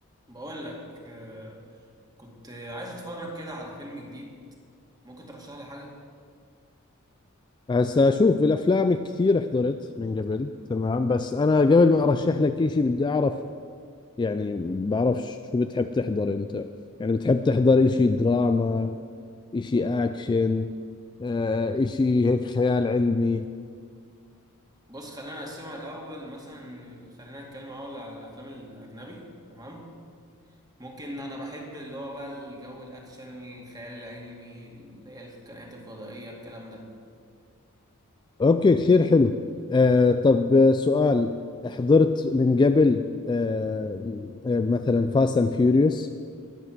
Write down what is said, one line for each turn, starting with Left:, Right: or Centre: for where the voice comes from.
Right: بقول لك آه، كنت عايز اتفرج كده على فيلم جديد ممكن ترشح لي حاجه
Left: هسا شوف بالافلام كثير حضرت من قبل تمام بس انا قبل ما ارشح لك إشي بدي اعرف يعني بعرف شو بتحب تحضر انت يعني بتحب تحضر إشي دراما إشي اكشن آه، إشي هيك خيال علمي
Right: بص خلينا نقسمها الاول مثلا خلينا نتكلم اول على الافلام الاجنبي تمام ممكن انا بحب اللي هو بقى الجو الاكشن الخيال العلمي اللي هي الكائنات الفضائيه الكلام ده
Left: اوكي كثير حلو آه، طب آه، سؤال حضرت من قبل آه، آه، مثلا فاست اند فيوريوس